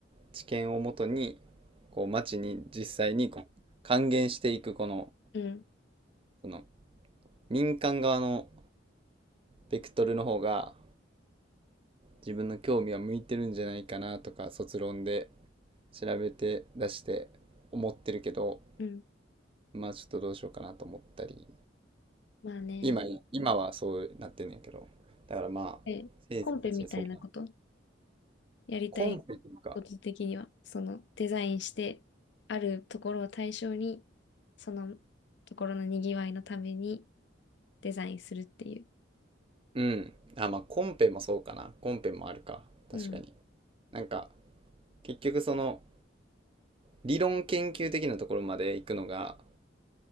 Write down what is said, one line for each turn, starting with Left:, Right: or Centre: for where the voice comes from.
Right: 知見をもとにこう町に実際にこう還元していくこの
Left: うん、
Right: その民間側のベクトルの方が自分の興味は向いてるんじゃないかなとか卒論で調べて出して思ってるけど
Left: うん。
Right: まあちょっとどうしようかなと思ったり
Left: まあね。
Right: 今今はそうなってんねんけどだからまあ先生徒たちにそう
Left: え、コンペみたいなことやりたい
Right: コンペというか
Left: こと的には、その、デザインして、あるところを対象に、そのところのにぎわいのために、デザインするっていう。
Right: うん。あ、まあ、コンペもそうかな。コンペもあるか。
Left: うん。
Right: 確かに。なんか、結局その、理論研究的なところまで行くのが、